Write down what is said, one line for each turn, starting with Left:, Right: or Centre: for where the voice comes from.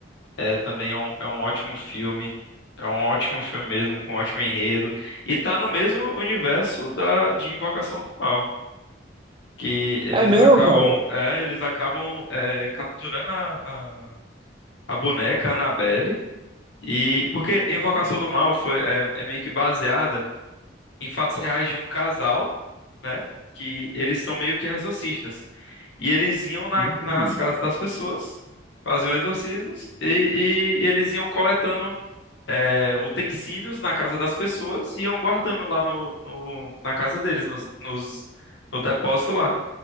Left: É, também é um, é um ótimo filme. É um ótimo filme mesmo, com um ótimo enredo. E tá no mesmo universo da, de Invocação do Mal. que eles
Right: É meu,
Left: acabam,
Right: cara?
Left: é, eles acabam é, capturando a, a, a boneca Annabelle e porque Invocação do Mal foi é, é meio que baseada em fatos reais de um casal, né? Que eles são meio que exorcistas e eles iam na-
Right: Hum.
Left: nas casas das pessoas, faziam exorcismos e, e eles iam coletando é, utensílios na casa das pessoas e iam guardando lá no, no- na casa deles, nos, nos- no depósito lá.